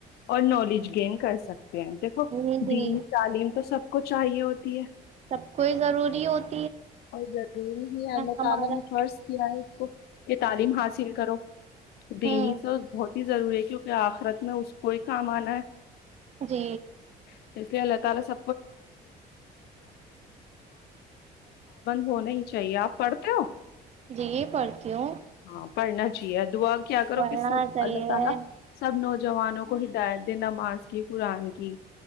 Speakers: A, on the left; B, on the right.
A: اور نالج گین کر سک دیکھو
B: ہ جی
A: دینی تعلیم تو سب کو چاہیے ہوتی ہے
B: سب کوئی ضروری ہوتا
A: <unintelligible>
B: ہمارا
A: یہ تعلیم حاصل کرو دنی
B: ہوں
A: چ بہت <inaudible> ا ضروری ہے کیونکہ آخرت میں اس کو ہی کام آنا ہے
B: جی
A: <unintelligible> پابند ہونا ہی چاہیے آپ پڑھتے ہو
B: جی پڑھتی ہوں
A: <unintelligible>
B: پڑھنا چاہیے
A: کو ہدایت دے نماز کی قرآن کی